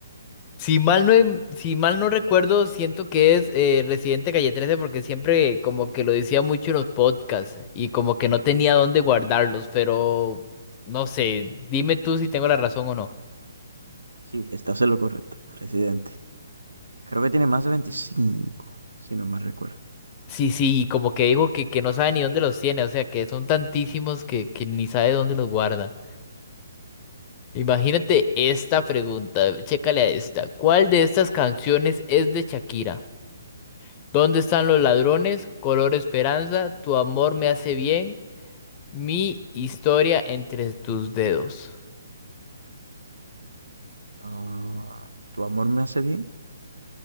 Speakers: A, on the left; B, on the right.
A: Si mal no, em- si mal no recuerdo, siento que es eh, Residente Calle 13 porque siempre como que lo decía mucho en los podcasts y como que no tenía dónde guardarlos, pero no sé, dime tú si tengo la razón o no.
B: Sí, estás en lo correcto, Residente. Creo que tiene más de 25, si no me recuerdo.
A: Sí, sí, como que dijo que, que no sabe ni dónde los tiene, o sea que son tantísimos que, que ni sabe dónde los guarda. Imagínate esta pregunta, chécale a esta. ¿Cuál de estas canciones es de Shakira? ¿Dónde están los ladrones? Color Esperanza, Tu amor me hace bien, Mi historia entre tus dedos.
B: Ah, ¿Tu amor me hace bien?